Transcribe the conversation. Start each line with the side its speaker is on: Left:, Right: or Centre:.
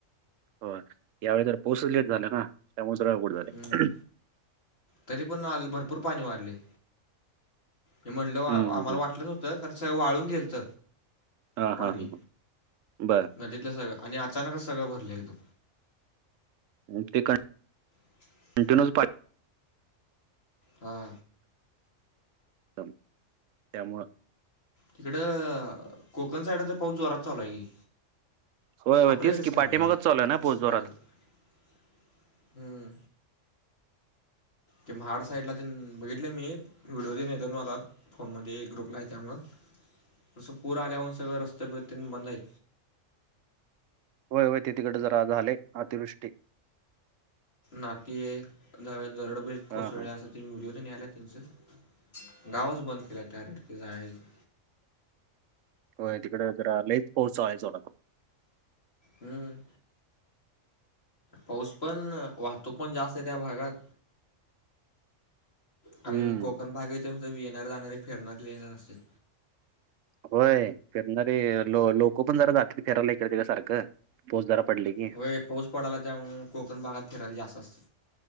Right: हो. यावेळी जरा पाऊसच लेट झाला ना. त्यामुळे जरा अवघड झाले.
Left: हम्म. तरी पण आल, भरपूर पाणी वाढले. मी म्हटलं, वा
Right: हम्म हम्म
Left: आम्हाला
Right: हम्म
Left: वाटलं नव्हतं. कारण, सगळं वाळून गेलत.
Right: हा
Left: पाणी.
Right: हा हा बर
Left: नदीतलं सगळं. आणि अचानकच सगळं भरलं एकदम.
Right: <unintelligible>
Left: <unintelligible>
Right: <unintelligible>
Left: हा.
Right: दम. त्यामुळं.
Left: तिकडं, कोकण साईडला तर पाऊस जोरात चालूय की.
Right: होय होय
Left: आपल्याकडच
Right: तेच की
Left: कमीय
Right: पाठीमागच
Left: जरा
Right: चालू आहे ना
Left: तस
Right: पाऊस
Left: बघाय
Right: जोरात
Left: गेल तर हम्म ते महाड साईडला तेन बघितल मी व्हिडिओ तेन येत्यात मला फोनमध्ये ग्रुपला आहे त्यामुळं तसं पूर आल्यामुळं सगळें रस्ते तेन सगळं बंदयत.
Right: होय होय ते तिकडं जरा झालय अतिवृष्टी
Left: नाकी जरा दरड बिरड
Right: हां,
Left: कोसळल्या.
Right: हां.
Left: त्याच व्हिडिओ तेन याल्यात त्यांचं गावच बंद केल्या त्या रेडकीच हाय असं.
Right: होय तिकड जरा लयच पाऊस हाय चालू
Left: हम्म पाऊस पण वाहतूक पण जास्तय त्या भागात कारण
Right: हम्म.
Left: कोकण भाग येतोय म्हणतो येणारी जाणारी फिरणारी लय जण असत्यात.
Right: होय फिरणारे लो लोक पण जरा जातील फिरायला इकडं तिकडं सारखं पोच जरा पडले की.
Left: होय पाऊस पडायला त्यामुळ कोकण भागात फिरायला जास्त असत.